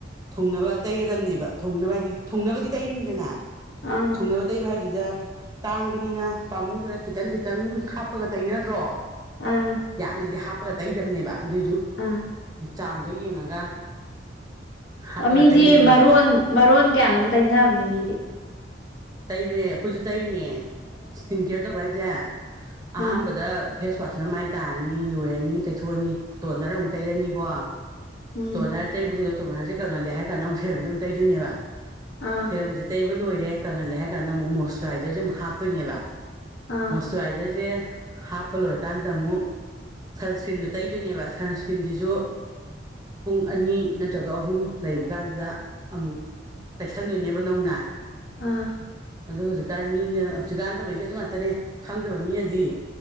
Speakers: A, on the right; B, on the left.
A: ꯊꯨꯡꯅꯕ ꯇꯩꯒꯗꯕꯅꯦꯕ ꯊꯨꯡꯅꯕ ꯍꯥꯏꯗꯤ ꯊꯨꯡꯅꯕꯗꯤ ꯇꯩꯔꯤꯅꯤꯗꯅ
B: ꯑꯥ
A: ꯊꯨꯡꯅꯕ ꯇꯩꯕ ꯍꯥꯏꯁꯤꯗ ꯇꯥꯡꯕꯅꯤꯅ ꯄꯥꯝꯃꯨꯗꯅ ꯈꯤꯇꯪ ꯈꯤꯇꯪ ꯍꯥꯞꯄꯒ ꯇꯩꯅꯗ꯭ꯔꯣ
B: ꯑꯥ
A: ꯌꯥꯝꯅꯗꯤ ꯍꯥꯞꯄꯒ ꯇꯩꯗꯝꯕꯅꯦꯕ ꯑꯗꯨꯏꯗꯨ
B: ꯑꯥ
A: ꯆꯥꯡꯗꯣ ꯌꯦꯡꯉꯒ ꯍꯥꯞꯄꯒ
B: ꯑꯣ ꯃꯤꯗꯤ
A: ꯇꯩꯒꯗꯕꯅꯦꯕ
B: ꯃꯔꯣꯟ ꯃꯔꯣꯟ ꯀꯌꯥꯅꯣꯝ ꯇꯩꯅꯝꯅꯤ ꯃꯤꯗꯤ
A: ꯇꯩꯕꯅꯦ ꯑꯩꯈꯣꯏꯁꯨ ꯇꯩꯔꯤꯅꯦ ꯏꯁ꯭ꯀꯤꯟ ꯀꯦꯌꯔ ꯇꯧꯕ ꯍꯥꯏꯁꯦ ꯑꯍꯥꯟꯕꯗ
B: ꯑꯥ
A: ꯐꯦꯁꯋꯥꯁꯅ ꯃꯥꯏ ꯇꯥꯔꯅꯤ ꯂꯣꯏꯔꯅꯤ ꯇꯩꯊꯣꯛꯑꯅꯤ ꯇꯣꯟꯅꯔ ꯑꯃꯨꯛ ꯇꯩꯔꯅꯤꯀꯣ
B: ꯎꯝ
A: ꯇꯣꯅꯔ ꯇꯩꯕꯁꯦ ꯂꯣꯏ ꯇꯣꯅꯔꯁꯦ ꯀꯪꯍꯜꯂꯦ ꯍꯥꯏ ꯀꯥꯟꯗ ꯑꯃꯨꯛ ꯁꯦꯔꯝꯁꯦ ꯑꯃꯨꯛ ꯇꯩꯗꯣꯏꯅꯦꯕ
B: ꯑꯥ
A: ꯁꯦꯔꯝꯖꯦ ꯇꯩꯕ ꯂꯣꯏꯔꯦ ꯀꯪꯍꯜꯂꯦ ꯍꯥꯏꯔ ꯀꯥꯟꯗ ꯑꯃꯨꯛ ꯃꯣꯏꯇ꯭ꯔꯥꯏꯖꯔꯁꯦ ꯑꯃꯨꯛ ꯍꯥꯞꯇꯣꯏꯅꯦꯕ
B: ꯑꯥ
A: ꯃꯣꯁ ꯇ꯭ꯋꯥꯏꯖꯔꯖꯦ ꯍꯥꯞꯄ ꯂꯣꯏꯔꯥꯀꯥꯟꯗ ꯑꯃꯨꯛ ꯁꯟꯁ꯭ꯀ꯭ꯔꯤꯟꯗꯣ ꯇꯩꯗꯣꯏꯅꯦꯕ ꯁꯟꯁ꯭ꯀ꯭ꯔꯤꯟꯖꯤꯖꯨ ꯄꯨꯡ ꯑꯅꯤ ꯅꯠꯇ꯭ꯔꯥꯒ ꯑꯍꯨꯝ ꯂꯩꯕ ꯀꯥꯟꯖꯤꯗ ꯑꯃꯨꯛ ꯇꯥꯏꯁꯟꯗꯣꯏꯅꯦꯕ ꯅꯧꯅ
B: ꯑꯥ
A: ꯑꯗꯣ ꯍꯧꯖꯤꯛꯀꯥꯟ ꯃꯤꯅ ꯍꯧꯖꯤꯛꯀꯥꯟ ꯇꯧꯅꯩꯖꯦ ꯑꯗꯨ ꯉꯥꯛꯇꯅꯦ ꯈꯪꯗꯕ ꯃꯤꯅꯗꯤ